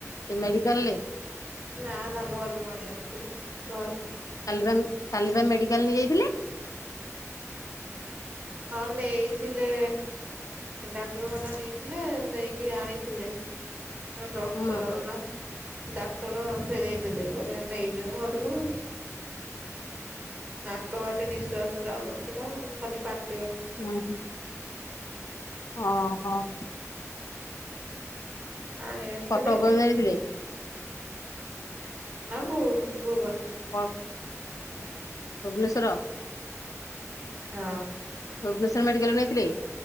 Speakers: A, on the left (about 85°); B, on the right (about 30°).
A: ସେ ମେଡିକାଲ ରେ।
B: ନା ନା ଘରକୁ ଆଣି ଆସିଥିଲେ, ଘରେ।
A: କାଲି ବା କାଲି ବା ମେଡିକାଲ୍ ନେଇ ଯାଇଥିଲେ।
B: ହଁ ନେଇଥିଲେ ଡାକ୍ତରଖାନା ନେଇଥିଲେ ନେଇକି ଆଣିଥିଲେ। ଡକ୍ଟର
A: ହୁଁ।
B: ନା ଡା ଡକ୍ଟର ଫେରେଇ ଦେଲେ। କହିଲେ ନେଇଯାଅ ଘରକୁ ନାକ ବାଟେ ନିଶ୍ଵାସ ଯାଉନ <unintelligible>
A: ହୁଁ ହୁଁ ହଁ। ହଁ।
B: ଆଣି ଆସିଥିଲେ
A: ଫଟୋ ଅବର ଧାରଥିଲେ।
B: ନା ଭୁ ଭୁବନ।
A: ହଁ।
B: ହୁଁ।
A: ଭୁବନେଶ୍ଵର।
B: ହଁ।
A: ଭୁବନେଶ୍ୱର ମେଡିକାଲ ନେଇଥିଲେ।